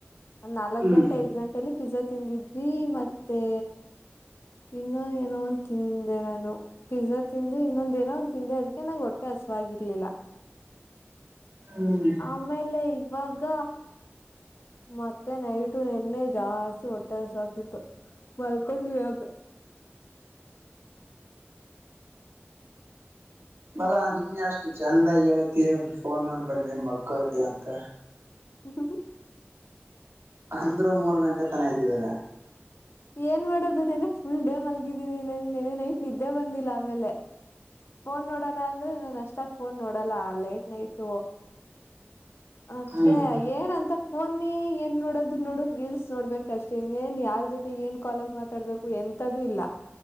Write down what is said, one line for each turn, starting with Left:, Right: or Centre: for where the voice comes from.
Left: ಒಂದ್ ನಾಲಕ್ಕ್
Right: ಹ್ಮ್
Left: ಗಂಟೆ ಐದ್ ಗಂಟೆಲಿ ಪಿಜ್ಜಾ ತಿಂದಿದ್ವಿ ಮತ್ತೆ ಇನ್ನು ಏನೋ ಒಂದ ತಿಂದೆ ನಾನು ಪಿಜಾ ತಿಂದೆ ಇನ್ನೊಂದ ಏನೋ ತಿಂದೆ ಅದಕ್ಕೆ ನಂಗೆ ಹೊಟ್ಟೆ ಹಸುವಾಗಿರ್ಲಿಲ್ಲ.
Right: ಹ್ಮ್.
Left: ಆಮೇಲೆ ಇವಾಗ ಮತ್ತೆ ನೈಟು ನೆನ್ನೆ ಜಾಸ್ತಿ ಹೊಟ್ಟೆ ಹಸುವಾಕ್ತಿತ್ತು ಮಲ್ಕೊಂಡ್ವಿ ಆಮೆ
Right: ಅಲಾ ನಿನ್ನೆ ಅಷ್ಟ ಚಂದಾಗಿ ಹೇಳೇತಿ ಫೋನ್ ನೋಡ್ಬ್ಯಾಡ್ರಿ ಮಲ್ಕೋರ್ರಿ ಅಂತ
Left: ಹ ಹ ಹ
Right: ಅಂದ್ರು ಮೂರ್ ಗಂಟೆ ತನ ಇದ್ದೀವಲ.
Left: ಏನ್ ಮಾಡೋದು ನೆನ್ನೆ ಫುಲ್ ಡೇ ಮಲ್ಗಿದ್ದೀನಿ ನಂಗೆ ನೆನ್ನೆ ನೈಟ್ ನಿದ್ದೆ ಬಂದಿಲ್ಲ ಆಮೇಲೆ. ಫೋನ್ ನೋಡೋಣ ಅಂದ್ರು ನಾನ್ ಅಷ್ಟಾಗ್ ಫೋನ್ ನೋಡಲ್ಲ ಆ ಲೇಟ್ ನೈಟ್. ಅತ್ತಗೆ
Right: ಹ್ಮ್
Left: ಏನಂತ ಫೋನಿ ಏನ್ ನೋಡೋದ ನೋಡು ರೀಲ್ಸ್ ನೋಡ್ಬೇಕ ಅಷ್ಟೇ ಇನ್ನೇನ್ ಯಾರ್ ಜೊತೆ ಏನ್ ಕಾಲಲ್ಲ ಮಾತಾಡ್ಬೇಕು ಎಂತದ್ದು ಇಲ್ಲಾ